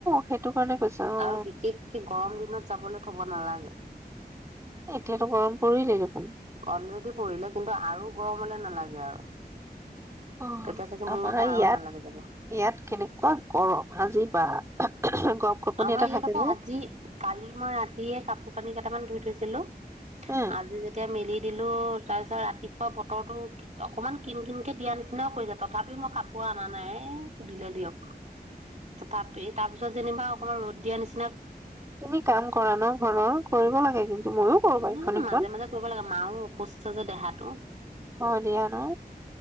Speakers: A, on the right (about 15°); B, on the right (about 45°).
A: সেইটো কাৰণে কৈছা অ
B: আৰু বিশেষকে গৰম দিনত যাবলৈ থব নালাগে।
A: এতিয়াতো গৰম পৰিলেই দেখোন
B: অলৰেডি পঢ়িলে কিন্তু আৰু গৰমলৈ নালাগে আৰু
A: অ
B: তেতিয়া চাগে মোৰ
A: আমাৰ
B: মতে আৰু
A: ইয়াত
B: নালাগে যাব
A: ইয়াত কেনেকুৱা গৰম আজি বা গপ গপনি
B: আমাৰ
A: এটা
B: ইয়াত
A: থাকে
B: আকৌ
A: যে
B: আজি কালি মই ৰাতিয়ে কাপ শুকানী কেইটামান ধই থৈছিলো
A: হে
B: আজি যেতিয়া মেলি দিলো তাৰপিছত ৰাতিপুৱা বতৰটো অকমান কিন কিনকে দিয়া নিচিনাও কৰি যায় তথাপিও মই কাপোৰ অনা নাই এ দিলে দিয়ক। তাপি ত যেনিবা অকমান ৰদ দিয়া নিচনা
A: তুমি কাম কৰা ন ঘৰৰ কৰিব লাগে কিন্তু ময়ো কৰোবাৰু
B: এ
A: এইখন সিখন।
B: মাজে মাজে কৰিব লাগে মাও অসুস্থ যে দেহাটো
A: অ দিয়া ন